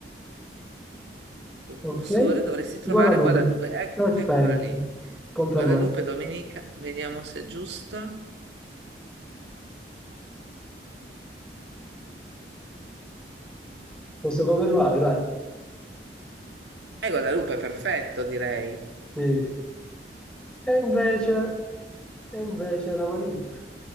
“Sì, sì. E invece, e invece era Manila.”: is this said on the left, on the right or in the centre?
Centre